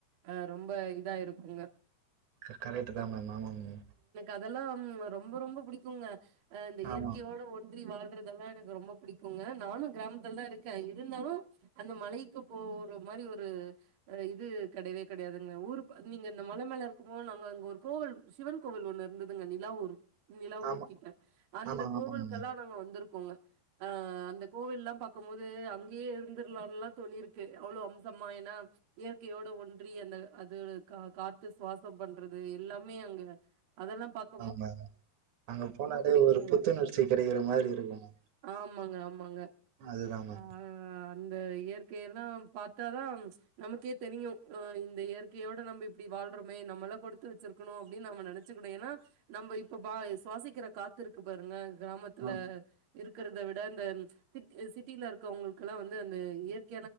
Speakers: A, on the right (about 85°); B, on the right (about 60°).
A: அ ரொம்ப இதா இருக்குங்க
B: க கரெட்டுதா மேம் ஆமா மேம்
A: அதெல்லா ரொம்ப ரொம்ப புடிக்குங்க இந்த அ
B: ஆமா
A: இயற்கையோட ஒன்றி வாழ் றதெல்லா எனக்கு ரொம்ப புடிக்குங்க நானு கிராமத்துலதா இருக்க இருந்தாலு அந்த மலைக்கு போவுற மாரி ஒரு அட இது கெடையவே கெடையாதுங்க ஊருப் நீங்க இந்த மல மேல இருக்கும்போ நாங்க இங்க ஒரு கோவில் சிவன் கோவில் ஒன்னு இருந்துதுங்க நி லாவூர் நிலாவூர்
B: ஆமா
A: கிட்ட அந்த
B: ஆமா
A: கோவில்க்கெல்லா
B: ஆமாங்க மேம்
A: நாங்க வந்துருக்கோங்க அ அந்த கோவில்லா பாக்கும்போது அங்கேயே இருந்திர்லான்லா தோணிருக்கு அவ்ளோ அம்சமா ஏனா இயற்கையோட ஒன்றி அந்த அதோட கா காத்து சுவாஸ் ம் பண்றது எல்லாமே அங்க அதெல்லாம் பாக்
B: ம அங்க போனாலே
A: புடிக்குங்க.
B: ஒரு புத்துணர்ச்சி கெடக்கிற மாரி இருக்குங்க
A: ஆமாங்க ஆமாங்க
B: அதுதா மேம்
A: அ அ அ அந்த இயற்கையெல்லா பாத்தாதா நமக்கேத் தெரியும் அ இந்த இயற்கையோட நம்ப இப்பிடி வாழ்றமே நம்மெல்லா கொடுத்து வச்சிருக் க்குணு அப்டின் நாம நெனச்சுக்குணு ஏனா நம்ம இப்ப பா சுவாசிக்கிற காத்து இருக்கு பாருங்க கிராமத்துல
B: ஆ
A: இருக்கறத விட அந்த திட் சிட்டில இருக்கவுங்களுக்லா வந்து அந்த இயற்